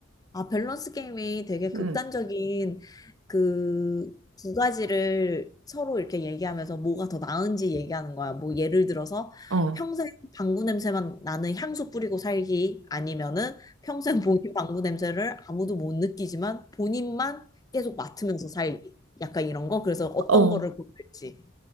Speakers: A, on the left; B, on the right.
A: 아, 밸런스 게임이 되게 극단적인
B: 응,
A: 그 두 가지를 서로 이렇게 얘기하면서 뭐가 더 나은지 얘기하는 거야. 뭐 예를 들어서
B: 어.
A: 평생 방구 냄새만 나는 향수 뿌리고 살기 아니면은 평생 본인 방구 냄새를 아무도 못 느끼지만 본인만 계속 맡으면서 살기. 약간 이런 거. 그래서 어떤
B: 어,
A: 거를 고를지.